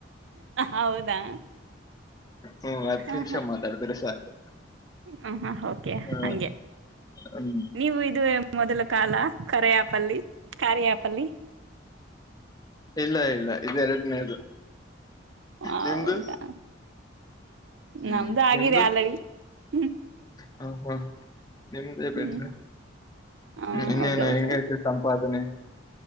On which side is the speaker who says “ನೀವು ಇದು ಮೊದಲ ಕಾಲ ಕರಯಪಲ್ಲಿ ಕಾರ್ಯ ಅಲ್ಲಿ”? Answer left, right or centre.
Right